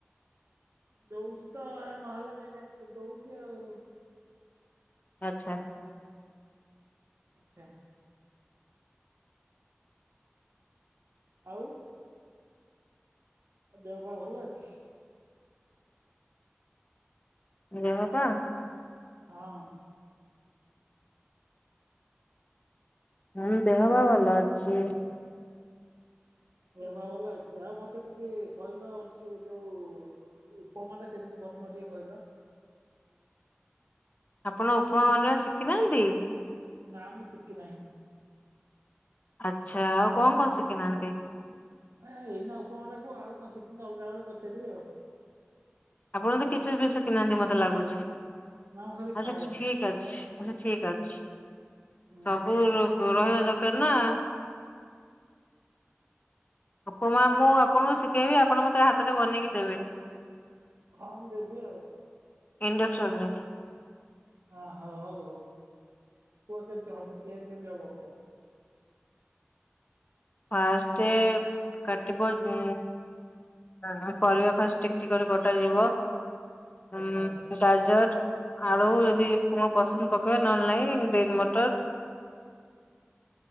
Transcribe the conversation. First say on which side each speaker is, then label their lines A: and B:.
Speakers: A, on the right; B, on the left.
A: ଦଉଛି ତ ନହେଲା ଯାକେ ଦଉଛି ଆଉ
B: ଆଚ୍ଛା।
A: ଆଚ୍ଛା। ଆଉ ଦେହ ପା ଭଲ ଅଛି?
B: ଦେହ ପା
A: ହଁ।
B: ହୁଁ, ଦେହ ପା ଭଲ ଅଛି।
A: ଦେହ ପା ଭଲ ଅଛି ଆଉ ମତେ ଟିକେ କହିଲ ଟିକେ ଯୋଉ ଉପମାଟା କେମିତି ବନିବ ଟିକେ କହିଲ?
B: ଆପଣ ଉପମା ବନେଇବା ଶିଖିନାହାନ୍ତି?
A: ନା, ମୁଁ ଶିଖି ନାହିଁ।
B: ଆଚ୍ଛା, ଆଉ କଣ କଣ ଶିଖିନାହାନ୍ତି?
A: ଏ ଏଇନା ଉପମାଟା କୁହ ଆଉ କଣ ଶିଖିନି ଅଲଗା ବେଳେ ପଚାରିବି ଆଉ
B: ଆପଣ ତ କିଛି ବି ସିଖି ନାହାନ୍ତି ମତେ ଲାଗୁଛି।
A: ନା ମୁଁ ଖାଲି
B: ଆଛା
A: ଖାଏ
B: ଠିକ ଅଛି ଆଛା ଠିକ ଅଛି
A: ହୁଁ
B: ସବୁ <inaudible> ଦରକାର ନା। ଉପମା ମୁଁ ଆପଣଙ୍କୁ ଶିଖେଇବି ଆପଣ ମତେ ହାତରେ ବନେଇକି ଦେବେ।
A: ହଁ, ମୁଁ ଦେବି ଆଉ
B: ଇଣ୍ଡକ୍ସନରେ।
A: ହ ହଉ ହଉ ହଉ କୁହ କେମତି ହବ ତିଆରି କେମିତି ହବ କୁହ?
B: ଫାଷ୍ଟେ କାଟିବ ହୁଁ ହୁଁ ପରିବା ଫାଷ୍ଟ ଟିକ୍ ଟିକ୍ କରି କଟାଯିବ। ଉଁ
A: ଆଚ୍ଛା।
B: ଗାଜର ଆଳୁ ଯଦି କଣ ପସନ୍ଦ ପକେଇବେ ନହେଲେ ନାଇଁ ଗ୍ରୀନ୍ ମଟର
A: <unintelligible>